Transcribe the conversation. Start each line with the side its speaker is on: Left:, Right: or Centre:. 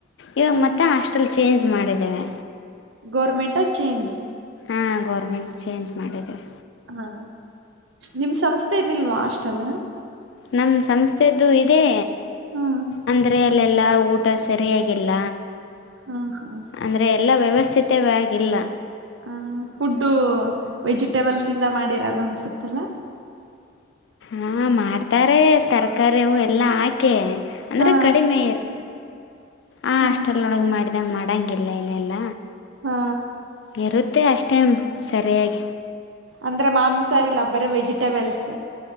Left: ಇವಾಗ
Right: ಹ
Left: ಮತ್ತೆ ಹಾಸ್ಟೆಲ್ ಚೇಂಜ್ ಮಾಡಿದ್ದೇವೆ
Right: ಗೋರ್ಮೆಂಟ ಚೇಂಜ್
Left: ಹಾಂ ಗೌರ್ಮೆಂಟ್ ಚೇಂಜ್ ಮಾಡಿದ್ದೇವೆ
Right: ಹಾ ನಿಮ್ ಸಂಸ್ಥೆ ಇದಿಲ್ವಾ ಅಷ್ಟಲ್ಲ
Left: ನಮ್ಮ ಸಂಸ್ಥೆದು ಇದೆ
Right: ಹಾ
Left: ಅಂದರೆ ಅಲ್ಲೆಲ್ಲ ಊಟ ಸರಿಯಾಗಿಲ್ಲ
Right: ಹಾ ಹಾ
Left: ಅಂದರೆ ಎಲ್ಲ ವ್ಯವಸ್ಥಿತವಾಗಿಗಲ್ಲ
Right: ಹ ಫುಡ್ಡು ವೆಜಿಟೇಬಲ್ಸ್ ಇಂದ ಮಾಡಿರಲ್ಲ ಅನ್ಸತ್ತೆಲ್ಲ
Left: ಹಾ ಮಾಡ್ತಾರೆ ತರಕಾರಿ ಅವು ಎಲ್ಲ ಹಾಕೆ ಅಂದ್ರೆ
Right: ಹಾ
Left: ಕಡಿಮೆ ಇರು ಆಂ
Right: ಹಾ
Left: ಅಷ್ಟಲ್ಲೊಳಗೆ ಮಾಡ್ದಂಗೆ ಮಾಡಂಗಿಲ್ಲ ಇಲ್ಲಲ್ಲ
Right: ಹಾ
Left: ಇರುತ್ತೆ ಅಷ್ಟೇ ಸರಿಯಾಗಿ
Right: ಅಂದ್ರೆ ಮಾಂಸಾರಿಲ್ಲ ಬರ ವೆಜಿಟಬಲ್ಸ್